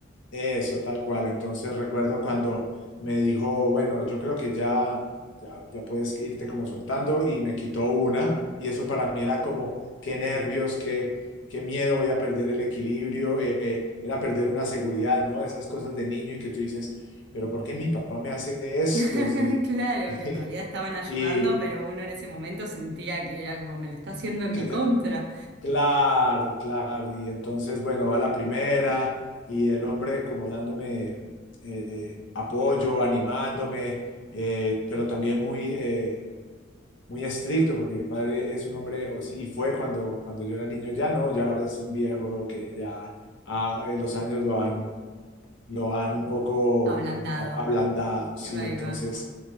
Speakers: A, on the left (about 70°); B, on the right (about 60°).
A: eso, tal cual. Entonces recuerdo cuando me dijo, bueno, yo creo que ya, ya, ya puedes irte como soltando y me quitó una y eso para mí era como, qué nervios, qué, qué miedo, voy a perder el equilibrio, eh, eh, era perder una seguridad, ¿no? Esas cosas de niño y que tú dices, pero ¿por qué mi papá me hace esto?
B: <laughs>
A: Si-
B: Claro,
A: <laughs>
B: que en realidad estaban ayudando,
A: Y,
B: pero uno en ese momento sentía que era como me lo está haciendo en
A: que
B: mi
A: te-
B: contra.
A: Claro, claro. Y entonces, bueno, va la primera y el hombre como dándome eh, apoyo, animándome, eh, pero también muy, eh, muy estricto, porque mi padre es un hombre, o sí, y fue cuando, cuando yo era niño, ya no, ya ahora es un viejo que ya ah, eh, los años lo han, lo han un poco
B: Ablandado.
A: a- a- ablandado, sí.
B: Ahí
A: Entonces,
B: va.